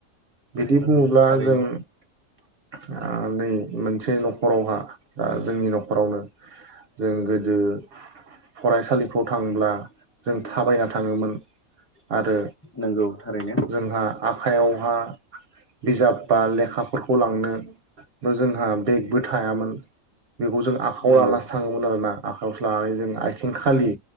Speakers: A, on the right; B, on the left.
A: बिदि
B: नंगौ
A: बुङोब्ला
B: थारैनो
A: जों आ नै मोनसे न'खरावहा दा जोंनि न'खरावनो जों गोदो फरायसालि थांब्ला जों थाबायना थाङोमोन आरो
B: नंगौ थारैनो
A: जोंहा आखाइयावहा बिजाब बा लेखा बेफोरखौ लांनो बोजों हा बेग बो थायामोन बेखौ जों आखाव
B: नंगौ
A: लानासो थाङोमोन आर ना आखावसो लानानै जों आयथिंखालि